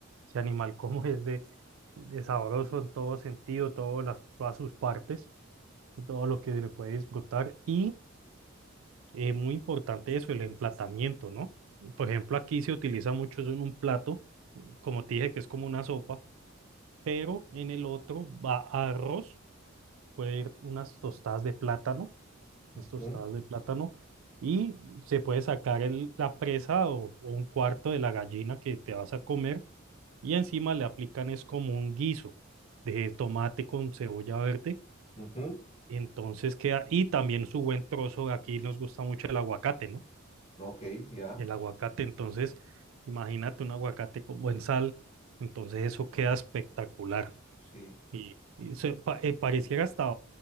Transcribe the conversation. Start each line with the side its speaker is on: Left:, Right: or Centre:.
Right: Ese animal <laughs> como es de, de sabroso en todo sentido, todas las, todas sus partes, todo lo que se le puede disfrutar. Y eh, muy importante eso, el emplatamiento, ¿no? Por ejemplo, aquí se utiliza mucho eso en un plato, como te dije, que es como una sopa, pero en el otro va arroz puede ir unas tostadas de plátano, unas
Left: Ujú,
Right: tostadas de plátano, y se puede sacar el- la presa o, o un cuarto de la gallina que te vas a comer, y encima le aplican es como un guiso de tomate con cebolla verde,
Left: ujú.
Right: entonces queda, y también su buen trozo, aquí nos gusta mucho el aguacate, ¿no?
Left: Ok, ya,
Right: El aguacate, entonces imagínate un aguacate con buen sal, entonces eso queda espectacular,
Left: sí.
Right: y, y se, pa- eh, pareciera hasta